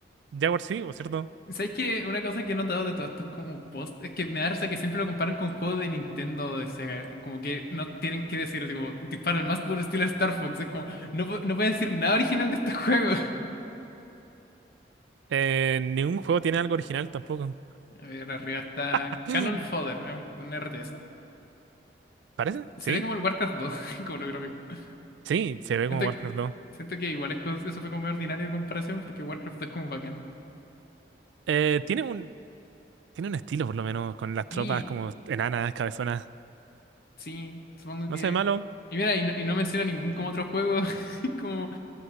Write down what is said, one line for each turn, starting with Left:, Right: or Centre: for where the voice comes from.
Right: Jaguar CD, ¿por cierto?
Left: ¿Sabes qué? Una cosa que he notado de todos estos como posts es que me da risa que siempre lo comparan con juegos de Nintendo o de Sega. Como que no tienen que decir, tipo, dispara el más puro estilo Star Fox. Es como, no, pu- no pueden decir nada original de este <laughs> juego.
Right: Eh, ningún juego tiene algo original tampoco.
Left: A ver, arriba está
Right: <laughs>
Left: Cannon Fodder, es un, un R T S
Right: ¿Parece?
Left: Se
Right: Sí,
Left: ve como el Warcraft dos <laughs> como lo gráfico.
Right: sí, se ve
Left: Siento,
Right: como Warcraft 2.
Left: siento que igual es co- eso fue como muy ordinario de comparación porque Warcraft 2 es como bacán.
Right: Eh, tiene un, Tiene un estilo, por lo menos, con las tropas
Left: Y
Right: como enanas, cabezonas.
Left: sí, supongo
Right: No
Left: que...
Right: sé, malo.
Left: Y mira, y no, y no menciona ningún como otro juego <laughs> como